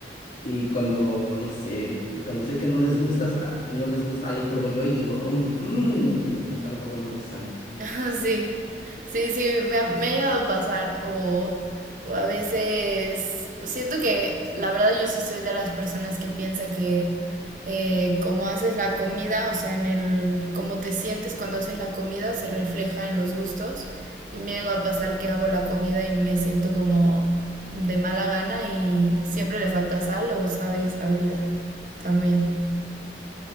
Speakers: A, on the left; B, on the right.
A: Y cuando, no sé, y cuando sé que no les gusta, sa- no les gusta, ahí pruebo yo y digo, "Mm, mm, me falta un poco más de sal.
B: Ajá, sí, sí, sí, me ha, me ha llegado a pasar o, o a veces siento que la verdad yo sí soy de las personas que piensa que eh, como haces la comida, o sea, en el cómo te sientes cuando haces la comida se refleja en los gustos y me llega a pasar que hago la comida y me siento como de mala gana y siempre le falta sal o sabe desabrida también.